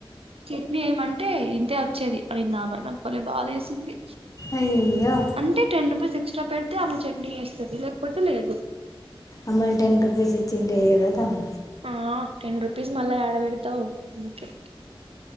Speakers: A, on the right; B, on the left.
A: చట్నీ ఏమంటే ఇ. అదతే అచ్చేది. పోయిందా మేడం పోలియో బాదేసింది.
B: అయ్యయ్యో
A: అంటే, టెన్ రూపీస్ ఎక్స్ట్ పెడితే, ఆమె చట్నీ ఎస్తది, లేకపోతే లేదు.
B: అమ్మలు టెన్ రూపీస్ ఇచ్చింటే ఎయ్యద తను.
A: ఆ, టెన్ రుపీస్ మళ్ళా, ఎడబెడతవు. ఇంకే.